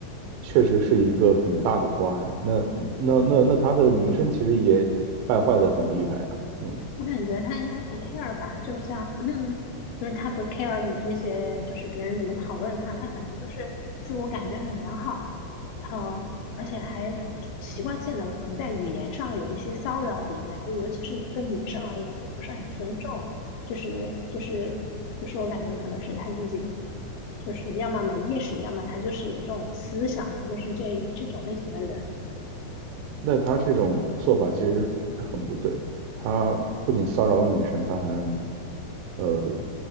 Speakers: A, on the right; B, on the left.
A: 确实是一个很大的瓜呀。那那那那他的名声其实也败坏的很厉害啊。嗯
B: 我感觉他应该不 care 吧，就像，<clears throat> 就是他不 care 你这些，就是别人怎么讨论他，他可能就是自我感觉很良好，然后而且还习惯性的可能在语言上有一些骚扰别人，就尤其是对女生而言，就不是很尊重，就是就是就是我感觉可能是他自己，就是要么没意识，要么他就是有这种思想，他就是这这种类型的人。
A: 那他这种做法其实很不对。他不仅骚扰女生，他还，呃，